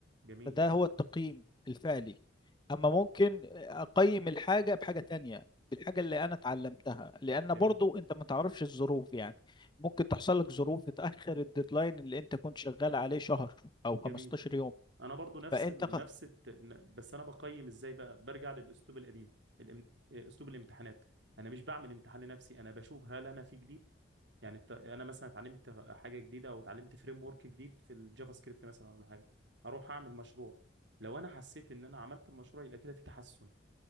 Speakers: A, on the right (about 75°); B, on the left (about 25°).
A: جميل
B: فده هو التقييم الفعلي اما ممكن اقيم الحاجة بحاجة تانية بالحاجة اللي انا اتعلمتها لان
A: جميل
B: برضو انت ما تعرفش الظروف يعني ممكن تحصل لك ظروف تتأخر الديدلاين اللي انت كنت شغال عليه شهر او
A: جميل
B: 15 يوم
A: انا برضو نفس
B: فانت
A: ال...
B: ق-
A: نفس الت... ن- بس انا بقيم ازاي بقى برجع للاسلوب القديم الام... إيه، اسلوب الامتحانات انا مش بعمل امتحان لنفسي انا بشوف هل انا في جديد يعني الت... انا مثلا اتعلمت حاجه جديده او اتعلمت فريم ورك جديد في الجافا سكريبت مثلا ولا حاجه اروح اعمل مشروع لو انا حسيت ان انا عملت المشروع يبقى كده في تحسن